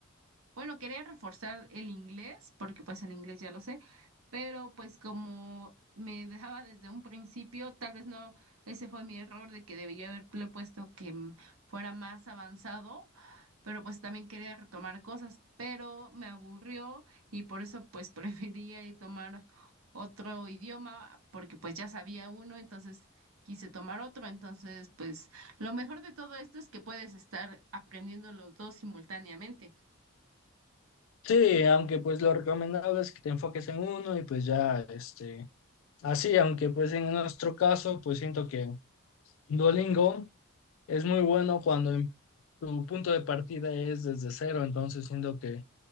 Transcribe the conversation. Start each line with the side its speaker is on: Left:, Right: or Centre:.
Right: Bueno, quería reforzar el inglés, porque pues el inglés ya lo sé, pero pues como me dejaba desde un principio, tal vez no, ese fue mi error de que debía haberle puesto que mm, fuera más avanzado, pero pues también quería retomar cosas, pero me aburrió y por eso pues <laughs> prefería ir tomar otro idioma, porque pues ya sabía uno, entonces quise tomar otro, entonces pues lo mejor de todo esto es que puedes estar aprendiendo los dos simultáneamente.
Left: Sí, aunque pues lo recomendable es que te enfoques en uno y pues ya, este, así, aunque pues en nuestro caso, pues siento que Duolingo es muy bueno cuando em- tu punto de partida es desde cero, entonces siento que